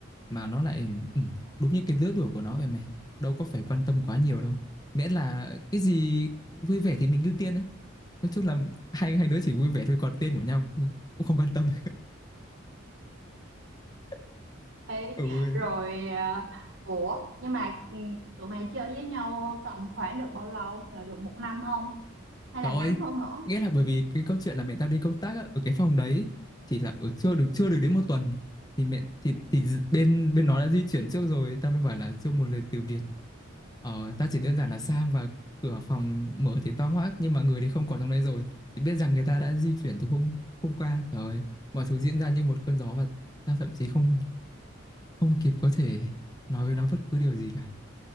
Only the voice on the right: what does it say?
Đấy,
rồi à, ủa nhưng mà ừ, tụi mày chơi với nhau tầm khoảng được bao lâu là được một năm không hay
là ngắn
hơn nữa